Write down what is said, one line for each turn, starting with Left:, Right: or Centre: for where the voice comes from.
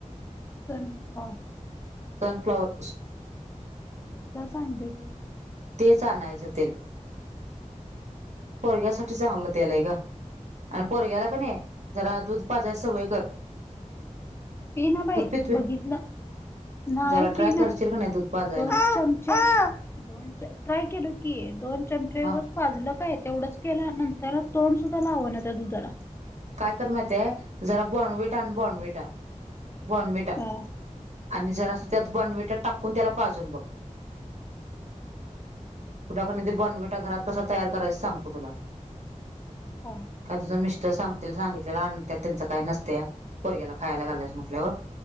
Left: सनफ्लावर... <unintelligible>
Right: सनफ्लोअर
Left: काय सांगत्याती.
Right: तेच आणायचं तेल पोरग्यासाठी चांगलं तेल आहे ग. आणि पोरग्याला कानाय जरा दूध पाजा या सवय कर
Left: पि ना बाई
Right: दूध पितवी
Left: बघितलं नाही
Right: जरा ट्राय
Left: पि ना
Right: करशील का नाही दूध पाजायला
Left: दोनच चमचे ओ काय केल की, दोन चमचे
Right: हा
Left: उगाज पाजल काय तेवढच. केल्यानंतर तोंड सुद्धा लावना त्या दुधाला.
Right: काय कर माहितीये, जरा बोर्नवीटा आण. बोर्नवीटा बोर्नवीटा.
Left: हो <unintelligible>
Right: आणि जरास त्यात बोर्नविटा टाकून त्याला पाजून बघ.
Left: हम् <inaudible>
Right: कुना कडन ते बोनॅविटा घरात कस तयार करायच ते सांगतो तुला.
Left: हा
Right: काय तुझं मिस्टर सांगतील सांगितलेलं आणत्यात त्यांचं काय नसतया. पोरग्याला खायला घालायचं म्हटल्यावर